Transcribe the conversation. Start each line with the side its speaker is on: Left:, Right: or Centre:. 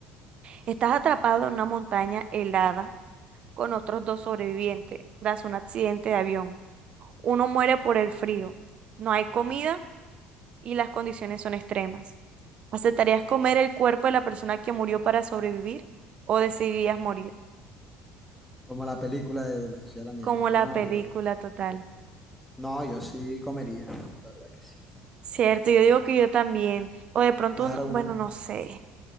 Right: Estás atrapado en una montaña helada con otros dos sobrevivientes tras un accidente de avión. Uno muere por el frío. No hay comida y las condiciones son extremas. ¿Aceptarías comer el cuerpo de la persona que murió para sobrevivir o decidirías morir?
Centre: como la película de, de la Sociedad de la Nieve,
Right: Como
Centre: yo
Right: la
Centre: no,
Right: película
Centre: yo,
Right: total.
Centre: no, yo sí comería, la verdad que sí.
Right: Cierto, yo digo que yo también. O de pronto,
Centre: Ahora
Right: un- bueno,
Centre: uno.
Right: no sé.